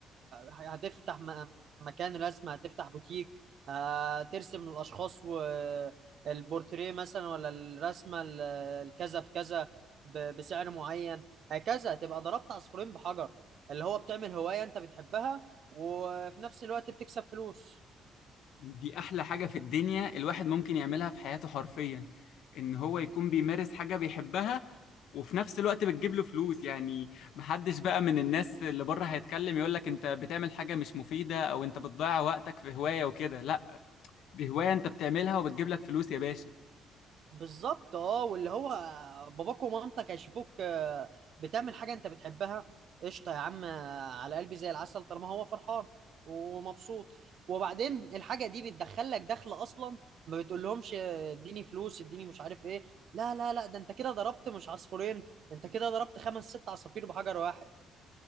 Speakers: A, on the right; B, on the left.
A: هتفتح م- مكان رسم هتفتح بوتيك هترسم الاشخاص والبورتريه مثلا ولا الرسمه ال- الكذا في كذا ب- بسعر معين هكذا تبقى ضربت عصفورين بحجر اللي هو بتعمل هوايه انت بتحبها وفي نفس الوقت بتكسب فلوس
B: دي احلى حاجة في الدنيا الواحد ممكن يعملها في حياته حرفيا ان هو يكون بيمارس حاجة بيحبها وفي نفس الوقت بتجيب له فلوس يعني محدش بقى من الناس اللي بره هيتكلم يقولك انت بتعمل حاجة مش مفيدة او انت بتضيع وقتك في هواية وكده لا دي هواية انت بتعملها وبتجيب لك فلوس يا باشا
A: بالظبط اه واللي هو باباك ومامتك هيشوفوك آه، بتعمل حاجه انت بتحبها قشطه يا عم آه، على قلبي زي العسل طالما هو فرحان ومبسوط وبعدين الحاجه دي بتدخل لك دخل اصلا ما بتقولهمش آه، اديني فلوس اديني مش عارف ايه لا لا لا ده انت كده ضربت مش عصفورين انت كده ضربت خمس ست عصافير بحجر واحد